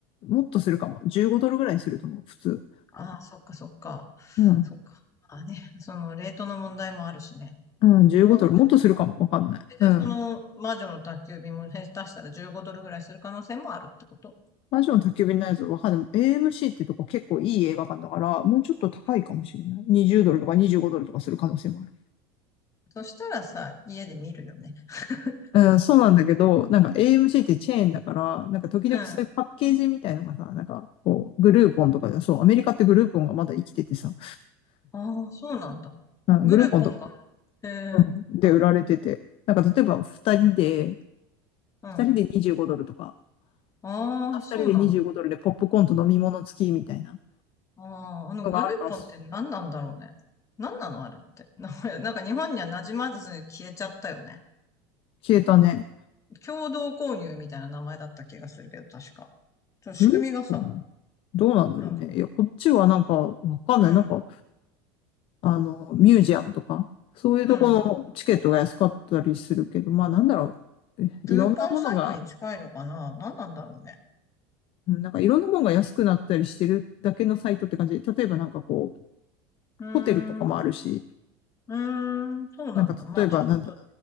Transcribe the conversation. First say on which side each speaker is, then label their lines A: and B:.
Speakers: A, on the left; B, on the left.
A: もっとするかも。15ドルぐらいすると思う、普通。
B: ああ、そっかそっか。
A: うん。
B: そっか。まあね、その、レートの問題もあるしね。
A: うん、15ドル。
B: ああ、
A: もっとするかも。
B: でも、
A: わかんない。
B: えじゃあその、
A: うん。
B: 魔女の宅急便も下手したら15ドルぐらいする可能性もあるってこと
A: 魔女の宅急便のやつわかんない。AMC ってとこ結構いい映画館だから、もうちょっと高いかもしれない。
B: うん
A: 20ドルとか25ドルとかする可能性もある。
B: そしたらさ、家で見るよね。<laughs>
A: うん、そうなんだけど、なんか AMC ってチェーンだから、なんか時々そういうパッケージみたいのがさ、
B: うん。あ
A: なんかこう、グルーポンとかで、そう、アメリカってグルーポンがまだ生きててさ、
B: あ、そうなんだ。
A: うん、
B: グルーポンがある。
A: グルーポンとか、うん、
B: へえ。
A: で売られてて、
B: うん。
A: なんか例えば二人で、
B: うん。
A: 二人で25ドルとか、
B: ああ、
A: 大人二人で25ドルでポップコーンと飲み物付きみたいな
B: そうなんだ。ああ、あのグルーポンって何なんだろうね。
A: のがあるから、
B: 何なのあれって。名前、なんか日本には馴染まず消えちゃったよね。
A: 消えたね。
B: 共同購入みたいな名前だった気がするけど、確か。ちょっと仕組みがさ、
A: グルーポンどうなんだろうね。
B: なんか、
A: いや、こっちはなんか、わかんない。
B: うん、
A: なんか、あの、ミュージアムとか、そういうとこのチケットが安かったりするけど、
B: うん。
A: まあなんだろう、えいろんなものが、
B: クーポンサイトに近いのかな何なんだろうね。
A: うんなんかいろんなものが安くなったりしてるだけのサイトって感じで、例えばなんかこう、
B: うー
A: ホテルとかもあるし、
B: ん、うーん、そうなんだ。
A: なんか例えばなんだ、
B: まあちょっと、